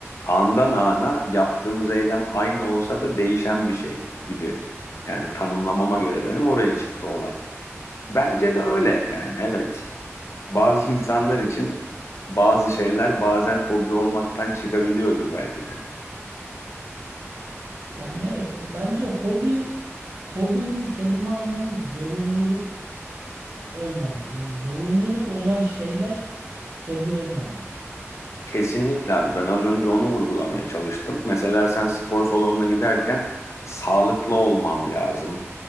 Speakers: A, on the left; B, on the right.
A: andan ana yaptığımız eylem aynı olsa da değişen bir şey gibi. Yani tanımlamama göre benim oraya çıktı olay. Bence de öyle yani evet. Bazı insanlar için bazı şeyler bazen hobi olmaktan çıkabiliyordur belki de.
B: Yani evet o- bence hobi hobinin kelime anlamı zorunluluk olmamalı. Yani zorunluluk olan şeyler hobi olmamalı.
A: Kesinlikle abi ben az önce onu vurgulamaya çalıştım. Mesela sen spor salonuna giderken sağlıklı olmam lazım